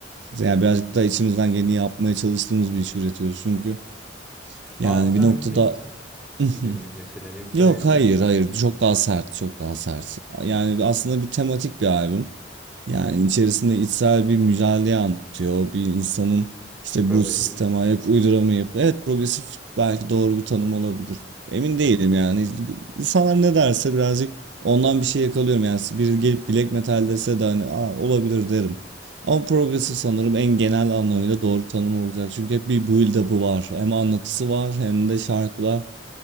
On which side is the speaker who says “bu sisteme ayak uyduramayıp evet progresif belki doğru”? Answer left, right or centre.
Right